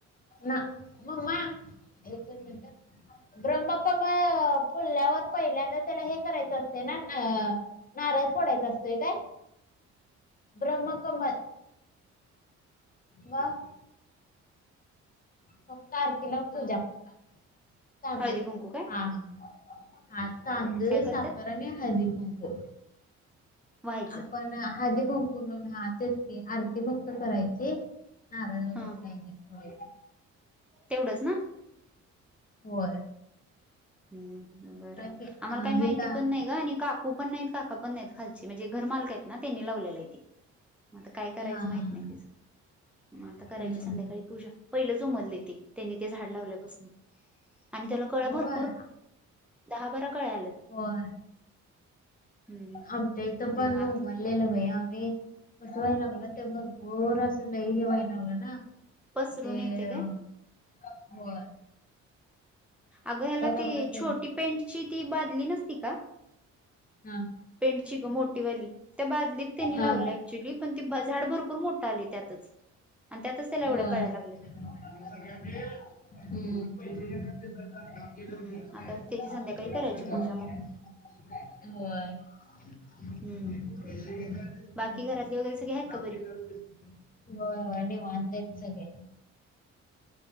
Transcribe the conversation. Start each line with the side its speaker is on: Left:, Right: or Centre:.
Left: ना मम्मा एकच मिनट ह. ब्रम्हकमळ फुलल्यावर पहिल्यांदा त्याला हे करायचं असते ना अ नारळ फोडायचा असतोय काय ब्रह्म कमल मग फक्त आरती लाऊन पूजा <unintelligible>
Centre: हळदी कुंकू काय
Left: हा हा. हा तांदूळ,
Centre: काय करतात
Left: साखर आणि हळदी कुंकू.
Centre: व्हायचं
Left: आपण हळदी कुंकू हा तेच की आरती फक्त करायची नारळ वगैरे
Centre: हा
Left: काही नाही.
Centre: तेवढंच ना?
Left: व्हय.
Centre: हम बरय
Left: की
Centre: आम्हाला
Left: अ
Centre: काही
Left: हिता
Centre: माहिती पण नाही ग आणि का काकू पण नाहीत काका पण नाहीत खालची म्हणजे घर मालक आहेत ना त्यांनी लावलेला आहे ते. आता काय करायचं
Left: हा
Centre: माहित
Left: हा हा
Centre: नाही त्याच. मग आता
Left: हम्म
Centre: करायची संध्याकाळी पूजा. पहिलंच उमललय ते त्यांनी ते झाड लावल्यापासून. आणि त्याला कळ
Left: होय
Centre: भर दहा बारा कळ्या आल्यात.
Left: व्हय
Centre: हम्म
Left: आमच्या इथं पण
Centre: मग आता
Left: उम लेलं आम्ही <unintelligible> भरपूर असं लई होय लागलं ना
Centre: पसरून
Left: ते
Centre: येते
Left: अ
Centre: काय
Left: <unintelligible>
Centre: अगं ह्याला ती
Left: लागलं ते
Centre: छोटी पेंटची ती बाधली नसती का?
Left: हा
Centre: पेंटची ग मोठीवाली त्या बादलीत त्यांनी
Left: हा
Centre: लावल्या. क्च्युली पण ती झाड भरपूर मोठं आल त्यातच आणि त्यातच त्याला एवढे
Left: होय
Centre: कळ्या लागलेत.
Left: हम्म <unintelligible>
Centre: हम्म
Left: <inaudible>
Centre: आता मग त्याची संध्याकाळी करायची पूजा मग
Left: व्हय. <inaudible>
Centre: हम्म
Left: <inaudible>
Centre: बाकी घरातली वगैरे सगळे आहेत का बरी
Left: होय, निवांत आहेत सगळे